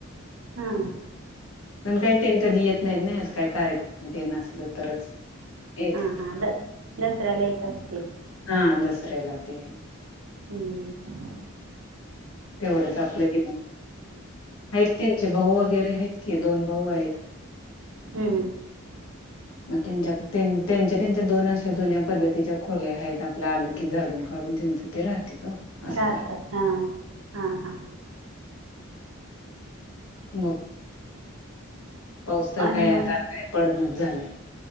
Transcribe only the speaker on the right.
हां
हां हां द दसऱ्याला येत असतील.
हम्म
हम्म हम
राहतात
हां हां हां
आणि
मग